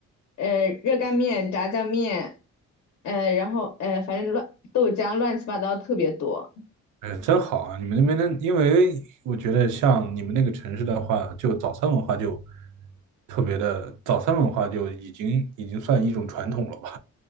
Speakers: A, on the left; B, on the right.
A: 呃，热干面、炸酱面，呃，然后呃，反正乱豆浆乱七八糟特别多。
B: 哎，真好啊！你们那边的，因为我觉得像你们那个城市的话，就早餐文化就特别的，早餐文化就已经已经算一种传统了吧？